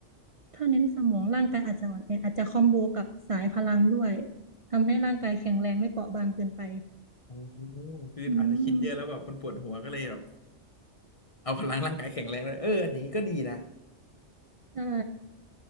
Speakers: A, on the right (about 45°); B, on the left (about 35°).
A: ถ้าเน้นสมองร่างกายอาจจะอ่อนแออาจจะคอมโบกับสายพลังด้วยทำให้ร่างกายแข็งแรงไม่เปราะบางเกินไป
B: โอ้โหคืออาจจะคิดเยอะแล้วแบบมันปวดหัวก็เลยแบบ
A: อืม
B: เอาพลังร่างกายแข็งแรงเลยเอออย่างนี้ก็ดีนะ
A: ใช่